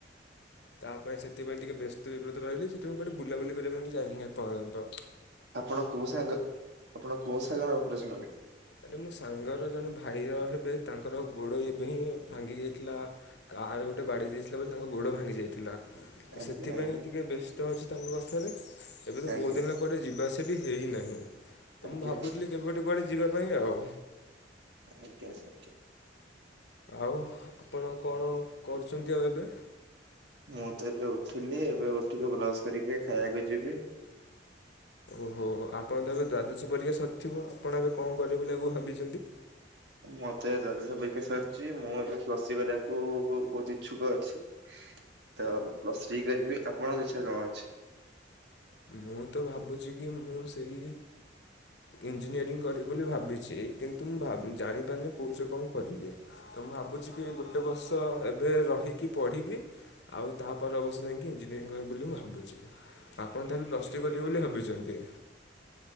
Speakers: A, on the left; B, on the right.
A: ତା ପାଇଁ ସେଥିପାଇଁ ଟିକେ ବ୍ୟସ୍ତ ବିବ୍ରତ ରହିଲି ସେଥିପାଇଁ କଆଡେ ବୁବୁଲି କରିବା ପାଇଁ ଯାଇନି ଏ ପର୍ଯ୍ୟନ୍ତ।
B: ଆପଣ କୋଉ ସାଙ୍ଗ ଆପଣ କୋଉ ସାଙ୍ଗରେ ଅପରେସ ହବ?
A: ଆରେ ମୋ ସାଙ୍ଗର ଜଣେ ଭାଇର ହେବେ ତାଙ୍କର ଗୋଡ ଏବେ ହିଁ ଭାଙ୍ଗି ଯାଇଥିଲା। କାରେ ଗୋଟେ ବାଦେଇ ଦେଇାଇଥିଲା ବୋଲି ତାଙ୍କ ଗୋଡ଼ ଭାଙ୍ଗି ଯାଇଥିଲା।
B: ଆଜ୍ଞା
A: ସେଥିପାଇଁ
B: ଆଜ୍ଞା
A: ଟିକେ ବ୍ୟସ୍ତ ଅଛି ତାଙ୍କ ପାଖରେ। ଏବେ ତ
B: ଆଜ୍ଞା
A: ବହୁତ ଦିନ କୁଆଡେ ଯିବା ଆସିବା ବି ହେଇନାହିଁ ତ
B: ଆଜ୍ଞା
A: ମୁଁ ଭାବୁଥିଲି କେବେ ଗେଟେ। କୁଆଡେ ଯିବା। ଦୁବାଇ ଆଉ।
B: ଆଜ୍ଞା ଆଜ୍ଞା।
A: ଆଉ ଆପଣ କଣ କରୁଛନ୍ତି ଆଉ ଏବେ?
B: ମୁଁ ତ ଏବେ ଉଠିଲି ଏବେ ଉଠିକି ବ୍ରସ୍ କରିକି ଖାଇବାକୁ ଯିବି।
A: ଓହୋ ଆପଣ ତ ଏବେ ଦ୍ଵାଦଶ ପରିକା ସତ ଥିବ ଆପଣ ଏବେ କଣ କରିବେ ବୋଲି ଆଗକୁ ଭାବିଛନ୍ତି?
B: ମତେ ଦ୍ଵାଦଶ ବିକେ ସରିଚି ମୋର ପ୍ଲସ ଥ୍ରି କରିବାକୁ ବହୁତ ଇଛୁକ ଅଛି। ତ ପ୍ଲସ୍ ଥ୍ରୀ କରିବି ଆପଣଙ୍କ ଇଛା କଣ ଅଛି?
A: ମୁଁ ତ ଭାବୁଚି କି ମୁଁ ସେଇ ଇଞ୍ଜିନିୟରିଂ କରିବି। ବୋଲି ଭାବିଚି କିନ୍ତୁ ମୁଁ ଭା ଜାଣି ପାରୁିନି କୋହୁଚ କଣ କରିବି ତ ମୁଁ ଭାବୁଚି କି ଏଇ ଗୋଟେ ବର୍ଷ ଏବେ ରହିକି ପଢ଼ିବି ଆଉ ତାପରେ ପ୍ରମୋଶନ ହେଇକି ଇଞ୍ଜିନିୟରିଙ୍ଗ କରିବି ବୋଲି ଭାବିଚି ବାବା ଙ୍କ ଦୟାରୁ ପ୍ଲସ ଚି କରିବ ବୋଲି ଭାବିଚନ୍ତି।